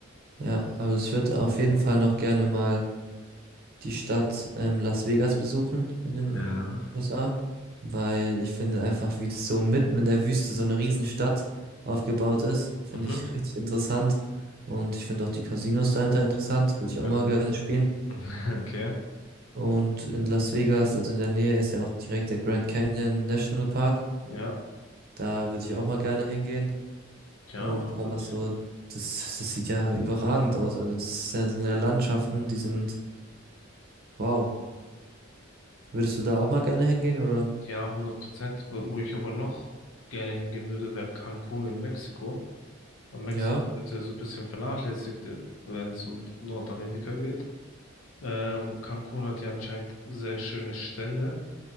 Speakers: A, on the right; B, on the left.
A: Ja, aber ich würde auf jeden Fall noch gerne mal die Stadt ähm, Las Vegas besuchen in
B: Ja.
A: den äh, USA, weil ich finde einfach, wie das so mitten in der Wüste so eine Riesenstadt aufgebaut ist, finde
B: Mhm.
A: ich richtig interessant. Und ich finde auch die Casinos dahinter interessant, würde
B: Wür-
A: ich auch mal gerne spielen.
B: <laughs> Okay.
A: Und in Las Vegas, also in der Nähe, ist ja auch direkt der Grand Canyon National Park.
B: Ja.
A: Da würde ich auch mal gerne hingehen.
B: Ja,
A: Und
B: doch,
A: einfach
B: hört sich
A: so,
B: gut.
A: das, das sieht ja überragend aus. Also das sind ja Landschaften, die sind wow. Würdest du da auch mal gerne hingehen, oder?
B: Ja, hundert Prozent. Wo wo ich aber noch gerne hingehen würde, wäre Cancun in Mexiko. Weil Mexiko
A: Ja,
B: wird ja so ein bisschen vernachlässigt, äh, wenn es um Nordamerika geht. Ähm, Cancun hat ja anscheinend sehr schöne Strände